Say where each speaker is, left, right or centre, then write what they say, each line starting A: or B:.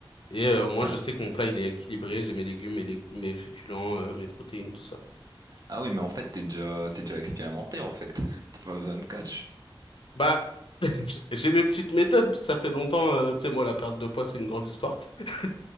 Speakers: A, on the left (about 70°); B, on the right (about 45°).
A: Et euh, au moins
B: ouais.
A: je sais que mon plat il est équilibré, j'ai mes légumes, mes, lég- mes féculents, euh, mes protéines, tout ça.
B: Ah oui, mais en fait, t'es déjà, t'es déjà expérimenté, en fait. <laughs> T'as pas besoin de coach.
A: Bah, <laughs> j- j'ai mes petites méthodes, ça fait longtemps, euh, tu sais, moi la perte de poids c'est une grande histoire. <laughs>